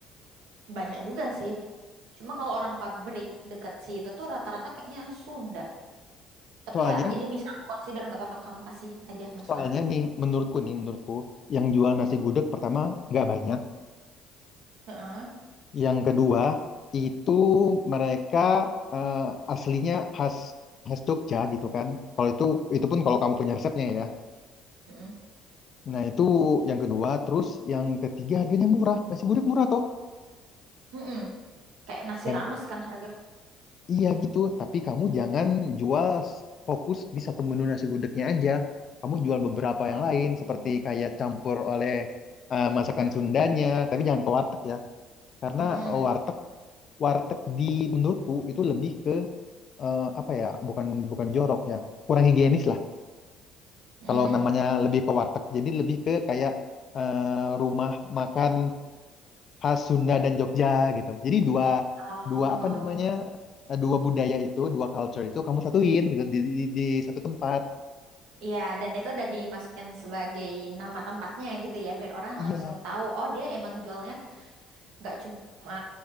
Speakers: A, on the right; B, on the left.
A: banyak juga sih. Cuma kalau orang pabrik dekat situ tuh rata-rata kayaknya Sunda. Tapi
B: Soalnya
A: ya ini bisa aku consider nggak apa-apa kamu kasih aja masukan.
B: soalnya nih menurutku nih menurutku yang jual nasi
A: Heeh.
B: gudeg pertama nggak banyak.
A: Heeh.
B: Yang kedua itu mereka eh, aslinya khas khas Jogja gitu kan. Kalau itu itu pun kalau kamu punya resepnya ya.
A: Heeh.
B: Nah itu yang kedua. Terus yang ketiga harganya murah. Nasi gudeg murah toh.
A: Heeh. Kayak nasi
B: Dan
A: rames kan harga.
B: Iya gitu, tapi kamu jangan jual s- fokus di satu menu nasi gudegnya aja. Kamu jual beberapa
A: Oh.
B: yang lain, seperti kayak campur oleh eh, masakan Sundanya, tapi jangan ke warteg ya. Karena
A: Heeh.
B: warteg warteg di menurutku itu lebih ke eh, apa ya? Bukan bukan jorok ya, kurang higienis lah.
A: Heeh.
B: Kalau namanya lebih ke warteg, jadi lebih ke kayak eh, rumah makan khas Sunda dan Jogja gitu. Jadi dua
A: Oh.
B: dua apa namanya eh, dua budaya itu, dua culture itu kamu satuin gitu di, di, di satu tempat.
A: Iya, dan itu udah dimasukkan sebagai nama tempatnya gitu ya, biar orang
B: Iya,
A: langsung tahu, oh dia emang jualnya nggak cuma